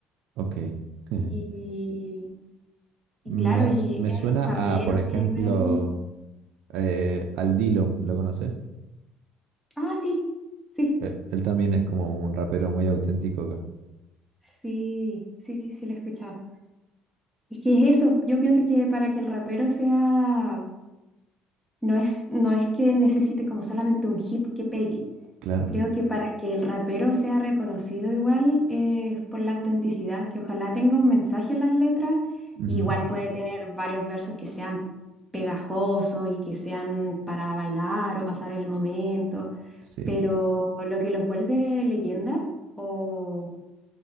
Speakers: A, on the right; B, in the centre.
A: ok. <laughs>
B: Y, y
A: Me,
B: claro,
A: has-
B: y
A: me
B: es
A: suena
B: rapero,
A: a, por ejemplo,
B: tiene buenos ritmos.
A: eh, al Dillom, ¿lo conoces?
B: Ah, sí, sí,
A: Él, él también es como un rapero muy auténtico acá.
B: sí, sí, sí, lo he escuchado. Es que es eso, yo pienso que para que el rapero sea No es, no es que necesite como solamente un hit que pegue.
A: Claro.
B: Creo que para que el rapero sea reconocido igual eh, es por la autenticidad, que ojalá tenga un mensaje en las letras,
A: Ujú,
B: igual puede tener varios versos que sean pegajosos y que sean para bailar o pasar el momento,
A: Sí.
B: pero lo que los vuelve leyenda o,